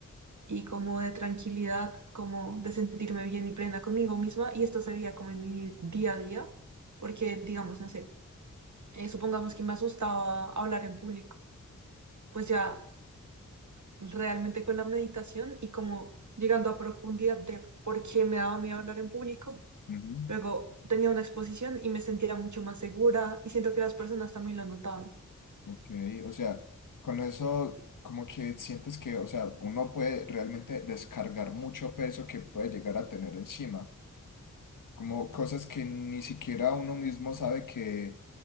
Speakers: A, on the right; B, on the left.
A: y como de tranquilidad, como de sentirme bien y plena conmigo misma. Y esto se veía como en mi día a día, porque digamos, no sé, eh, supongamos que me asustaba hablar en público, pues ya realmente con la meditación y como llegando a profundidad de por qué me daba miedo hablar en público,
B: ujú,
A: Luego tenía una exposición y me sentía mucho más segura y siento que las personas también lo notaban.
B: ok, o sea, con eso como que sientes que, o sea, uno puede realmente descargar mucho peso que puede llegar a tener encima, como cosas que ni siquiera uno mismo sabe que,